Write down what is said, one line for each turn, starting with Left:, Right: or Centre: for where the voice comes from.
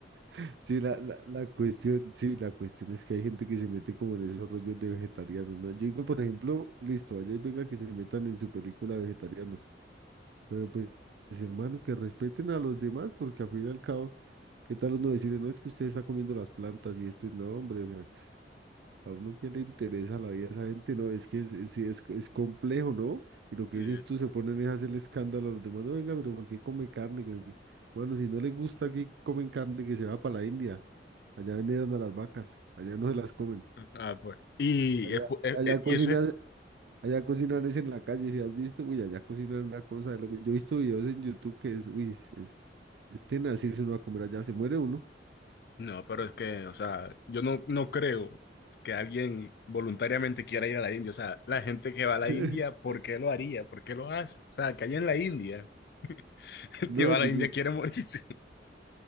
Right: <laughs> sí, la, la, la cuestión, sí, la cuestión es que hay gente que se mete como en esos rollos de vegetarianos, ¿no? Yo digo, por ejemplo, listo, allá y venga que se metan en su película vegetarianos, pero pues, hermano, que respeten a los demás, porque al fin y al cabo, ¿qué tal uno decirle, no, es que usted está comiendo las plantas y esto, y no, hombre, o sea, pues A uno que le interesa la vida a esa gente, no, es que es, es- sí, es, co- es complejo, ¿no? Y lo
Left: Sí.
Right: que dices tú, se ponen es a hacer el escándalo a los demás, no, venga, pero ¿por qué come carne? Que no sé qué". Bueno, si no le gusta que comen carne, que se va para la India, allá veneran a las vacas, allá no se las comen,
Left: Ah, pues. Y,
Right: allá,
Left: es po- eh,
Right: allá
Left: eh,
Right: cocinan,
Left: y eso es.
Right: allá cocinan es en la calle, si has visto, uy, allá cocinan una cosa de loco. Yo he visto videos en YouTube que es, uy, es, es, es tenaz irse uno a comer allá, se muere uno.
Left: No, pero es que, o sea, yo no, no creo que alguien voluntariamente quiera ir a la India. O sea, la gente que va a la
Right: <laughs>
Left: India, ¿por qué lo haría? ¿Por qué lo hace? O sea, que allá en la India, <laughs> el
Right: No,
Left: que va
Right: yo,
Left: a la India quiere morirse.